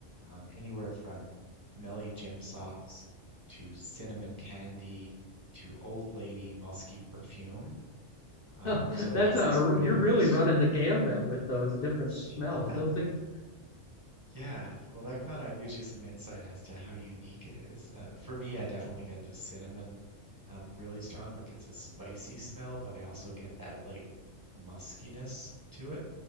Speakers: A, on the right (about 20°); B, on the left (about 55°).
A: um, anywhere from smelly gym socks to cinnamon candy to old lady musky perfume.
B: <laughs>
A: Um, so
B: that's
A: it has
B: a
A: this very
B: you're really running the gambit with those different
A: <laughs>
B: smells. Those
A: <laughs>
B: things.
A: Yeah, well, that kind of gives you some insight as to how unique it is. Uh, for me, I definitely get the cinnamon um, really strong. Like it's a spicy smell, but I also get that like muskiness to it.